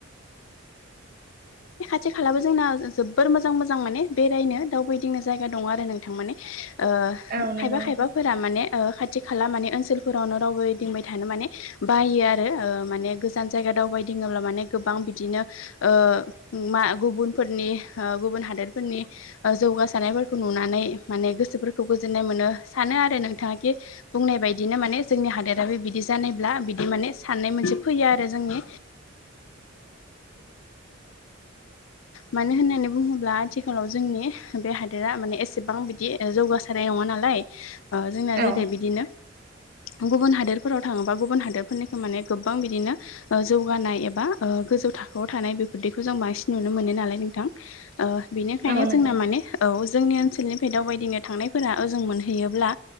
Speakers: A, on the left (about 75°); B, on the right (about 50°).
A: थि खालाबो जोंना जोबोर मोजां मोजां माने बेरायनो दावबायदिंनो जायगा दं आरो नोंथां माने। ओ
B: औ नंगौ
A: खायबा
B: नोंथां
A: खायबाफोरा माने ओ खाथि खाला माने ओनसोलफोरावनो रावबोदिंबाय थानो माने बायो आरो ओ माने गोजान जायगा दावबायदिङोब्ला माने गोबां बिदिनो ओ मा गुबुनफोरनि ओ गुबुन हादोर फोरनि ओ जौगासारनायफोरखौ नुनानै माने गोसोफोर खौ गोजोन्नाय मोनो सानो आरो नोंथाङा कि बुंनाय बायदिनो माने जोंनि हादोराबो बिदि जा दि माने साननाय मोनसे फैयो आरो जोंनि मानो होननानै बुङोब्ला आथिखालाव जोंनि बे हादोरा माने एसेबां बिदि ओ जौगा सारनाय नङा नालाय ओ जोंना
B: औ
A: जेरै बिदिनो गुबुन हादोरफोराव थाङोबा गुबुन हादोरफोरनिखौ माने गोबां बिदिनो ओ जौगानाय एबा ओ गो जौ थाखोआव थानाय बेफोरदिखौ जों बांसिन नुनो मोनो नालाय नोंथां। ओ बिनिखायनो
B: औ नंगौ
A: जोंना माने औ जोंनि ओनसोलनिफाय दावबायदिंनो थांनाय फोरा ओजों मोनहैयोब्ला